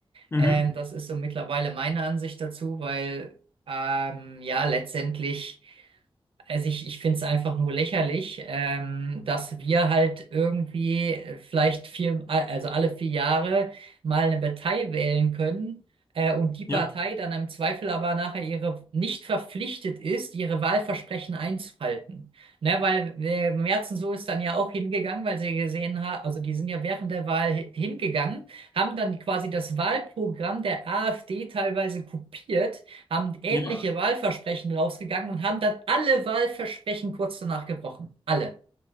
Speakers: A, on the left (about 25°); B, on the right (about 70°).
A: mhm.
B: Ähm, das ist so mittlerweile meine Ansicht dazu, weil ähm, ja letztendlich. Also ich, ich finde es einfach nur lächerlich, ähm, dass wir halt irgendwie äh, vielleicht vier, also alle vier Jahre mal eine Partei wählen können, äh, und die Partei
A: Ja,
B: dann im Zweifel aber nachher ihre nicht verpflichtet ist, ihre Wahlversprechen einzuhalten. Ne, weil äh, Merzen so ist dann ja auch hingegangen, weil sie gesehen haben, also die sind ja während der Wahl hi- hingegangen, haben dann quasi das Wahlprogramm der AfD teilweise kopiert haben ähnliche
A: ja,
B: Wahlversprechen rausgegangen und haben dann alle Wahlversprechen kurz danach gebrochen. Alle.